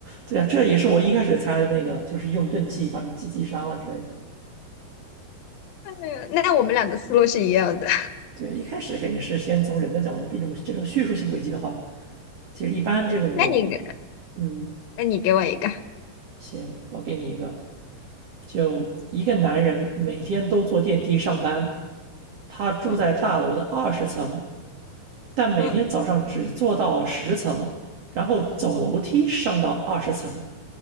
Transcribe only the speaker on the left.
<laughs> 哎呀那我们俩的思路是一样的。
<laughs> 那你给
那你给我一个。
嗯
嗯